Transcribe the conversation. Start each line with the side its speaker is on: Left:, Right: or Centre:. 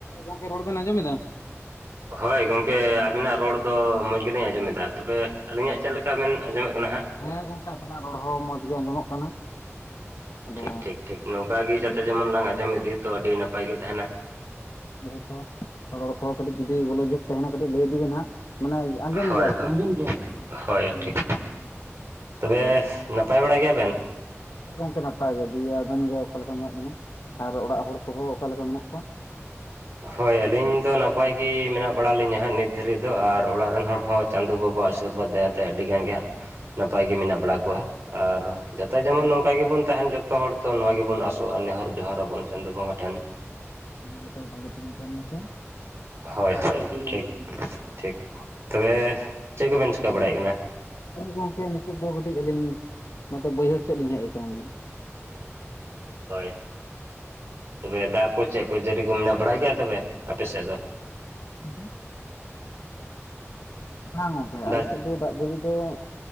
Left: ᱜᱚᱢᱠᱮ ᱨᱚᱲ ᱵᱮᱱ ᱟᱸᱡᱚᱢᱮᱫᱟ?
Right: ᱦᱳᱭ ᱜᱚᱝᱠᱮ ᱟᱹᱵᱤᱱᱟᱜ ᱨᱚᱲ ᱫᱚ ᱢᱚᱡ ᱜᱮᱞᱤᱧ ᱟᱸᱡᱚᱢᱮᱫᱟ, ᱛᱚᱵᱮ ᱟᱹᱞᱤᱧᱟᱜ ᱪᱮᱫ ᱞᱮᱠᱟ ᱵᱮᱱ ᱟᱸᱡᱚᱢᱮᱫ ᱠᱟᱱᱟ ᱦᱟᱸᱜ᱾
Left: ᱦᱮᱸ ᱜᱚᱝᱠᱮ ᱟᱵᱮᱱᱟᱜ ᱨᱚᱲ ᱦᱚᱸ ᱢᱚᱸᱡ ᱜᱮ ᱟᱸᱡᱚᱢᱚᱜ ᱠᱟᱱᱟ᱾ ᱟᱫᱚ
Right: ᱴᱷᱤᱠ- ᱴᱷᱤᱠ, ᱴᱷᱤᱠ ᱱᱚᱝᱠᱟ ᱜᱮ
Left: ᱦᱚᱸ
Right: ᱡᱚᱛᱚ ᱡᱮᱢᱚᱱ ᱞᱟᱝ ᱟᱸᱡᱚᱢ ᱤᱫᱤᱭᱟᱛᱚ ᱟᱹᱰᱤ ᱱᱟᱯᱟᱭ ᱜᱮ ᱛᱟᱦᱮᱱᱟ᱾
Left: ᱡᱮᱦᱮᱛᱚ ᱨᱚᱲ ᱠᱚᱦᱚᱸ ᱠᱟᱹᱴᱤᱡ ᱡᱩᱫᱤ ᱜᱚᱞᱳᱡᱳᱜ ᱛᱟᱦᱮᱱᱟ ᱠᱟᱹᱴᱤᱡ ᱞᱟᱹᱭ ᱤᱫᱤ ᱵᱮᱱ ᱦᱟᱸᱜ᱾ ᱢᱟᱱᱮ ᱟᱸᱡᱚᱢ
Right: ᱦᱳᱭ,
Left: ᱫᱟ ᱟᱨᱠᱤ
Right: ᱦᱳᱭ-ᱦᱳᱭ
Left: ᱦᱩᱸ᱾
Right: ᱴᱷᱤᱠ ᱛᱚᱵᱮ ᱱᱟᱯᱟᱭ ᱵᱟᱲᱟ ᱜᱮᱭᱟ
Left: ᱜᱚᱠᱮ ᱱᱟᱯᱟᱭ ᱜᱮ ᱫᱤᱭᱮ ᱟᱵᱮᱱ ᱜᱮ ᱚᱠᱟ ᱞᱮᱠᱟ ᱢᱮᱱᱟᱜ ᱵᱮᱱᱟ? ᱟᱨ ᱚᱲᱟᱜ ᱦᱚᱲ ᱠᱚᱦᱚᱸ ᱚᱠᱟ ᱞᱮᱠᱟ ᱢᱮᱱᱟᱜ ᱠᱚᱣᱟ?
Right: ᱦᱳᱭ ᱟᱹᱞᱤᱧ ᱫᱚ ᱱᱟᱯᱟᱭ ᱜᱮ ᱢᱮᱱᱟᱜ ᱵᱟᱲᱟ ᱞᱤᱧᱟ ᱦᱟᱸᱜ ᱱᱤᱛ ᱫᱷᱟᱹᱨᱤᱡ ᱫᱚ ᱟᱨᱼᱼ ᱟᱨ ᱚᱲᱟᱜ ᱨᱮᱱ ᱦᱚᱲ ᱦᱚᱸ ᱪᱟᱸᱫᱳ ᱵᱟᱵᱟᱣᱟᱜ ᱟᱹᱥᱤᱨᱵᱟᱫᱽ ᱫᱟᱭᱟᱛᱮ ᱟᱹᱰᱤ ᱜᱟᱱ ᱜᱮ ᱦᱟᱸᱜ ᱱᱟᱯᱟᱭ ᱜᱮ ᱢᱮᱱᱟᱜ ᱵᱟᱲᱟ ᱠᱚᱣᱟ ᱾ ᱟᱨ ᱡᱚᱛᱚ ᱡᱮᱢᱚᱱ ᱱᱚᱝᱠᱟ ᱜᱮᱵᱚᱱ ᱛᱟᱦᱮᱱ ᱡᱚᱛᱚ ᱦᱚᱲ ᱛᱚ ᱱᱚᱣᱟ ᱜᱮᱵᱚᱱ ᱟᱥᱚᱜᱼᱟ ᱱᱮᱦᱚᱨ ᱡᱚᱦᱟᱨ ᱟᱵᱚᱱ ᱪᱟᱸᱫᱳ ᱵᱚᱸᱜᱟ ᱴᱷᱮᱱ᱾
Left: ᱧ ᱛᱟᱦᱮᱠᱚ
Right: ᱦᱳᱭ-ᱦᱳᱭ ᱴᱷᱤᱠ-ᱴᱷᱤᱠ ᱛᱚᱵᱮ ᱪᱮᱫ ᱠᱚᱵᱮᱱ ᱪᱮᱠᱟ ᱵᱟᱲᱟᱭᱮᱫ ᱠᱟᱱᱟ?
Left: ᱦᱚᱭ ᱜᱚᱝᱠᱮ ᱱᱤᱛᱳᱜ ᱫᱚ ᱠᱟᱹᱴᱤᱡ ᱟᱹᱞᱤᱧ ᱱᱚᱛᱮ ᱵᱟᱹᱭᱦᱟᱹᱲ ᱥᱮᱫ ᱞᱤᱧ ᱦᱮᱡ ᱟᱠᱟᱱᱟᱞᱤᱧ?
Right: ᱦᱳᱭ, ᱛᱚᱵᱮ ᱫᱟᱜ ᱠᱚ ᱪᱮᱫ ᱠᱚ ᱡᱟᱹᱨᱤ ᱠᱚ ᱢᱮᱱᱟᱜ ᱵᱟᱲᱟ ᱜᱮᱭᱟ ᱛᱚᱵᱮ ᱟᱯᱮ ᱥᱮᱫ ᱫᱚ?
Left: ᱦ <inaudible> ᱵᱟᱝ ᱜᱚᱝᱠᱮ
Right: ᱫᱟᱜ
Left: ᱟᱞᱮ ᱥᱮᱫ ᱫᱚ ᱫᱟᱜ ᱡᱟᱹᱲᱤ ᱫᱚ